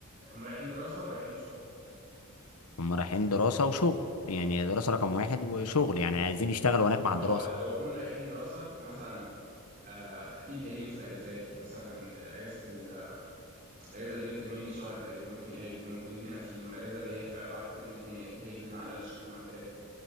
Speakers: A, on the right (about 40°); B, on the left (about 80°).
A: هم رايحين دراسة ولا رايحين شغل
B: هم رايحين دراسه وشغل يعني دراسه رقم واحد وشغل يعني عايزين يشتغلوا هناك مع
A: ما
B: الدراسه
A: هو لو هم رايحين دراسة فمثلا آه، اكيد هيجوا في الاجازات يعني مثلا الاجازه ال- الاجازه اللي بين ترمين دي شهر تقريبا ممكن هيبقوا موجودين هنا في يوم. الاجازه اللي هي في بعد الترم التاني اكيد هيجوا هنا على الاقل شهرين او ثلاثه